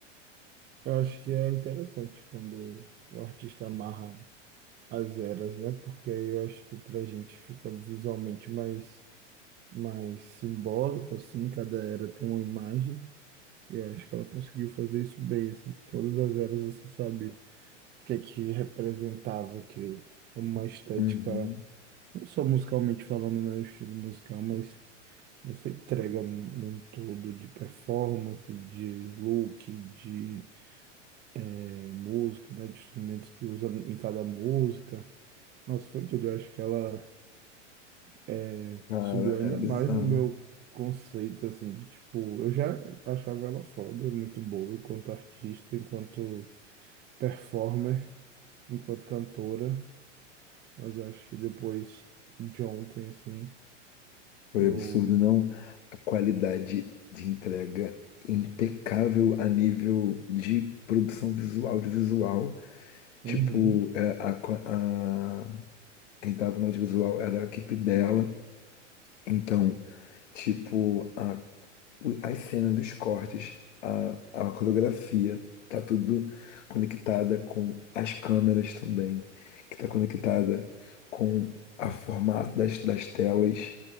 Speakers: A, on the right (about 25°); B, on the left (about 75°).
A: Eu acho que é interessante quando o artista amarra as eras, né? Porque aí eu acho que pra gente fica visualmente mais, mais simbólico, assim, cada era tem uma imagem. E eu acho que ela conseguiu fazer isso bem, assim, todas as eras você sabe. que é que representava aquilo. Uma estética,
B: Uhum.
A: não só musicalmente falando, né, o estilo musical, mas essa entrega num, num todo de performance, de look, de eh, música, né, de instrumentos que usa em cada música. Nossa, foi tudo. Eu acho que ela eh,
B: Cara,
A: subiu ainda
B: é bizarro.
A: mais no meu conceito, assim, de tipo, eu já achava ela foda, muito boa enquanto artista, enquanto performer, enquanto cantora. Mas eu acho que depois de ontem, assim,
B: Foi
A: eu.
B: absurdo, não. A qualidade de entrega impecável a nível de produção visual, audiovisual. Tipo,
A: Uhum.
B: é, a, qua- a- quem estava no audiovisual era a equipe dela. Então, tipo, a o- as cenas dos cortes, a, a coreografia, tá tudo conectada com as câmeras também, que tá conectada com a formato das, das telas,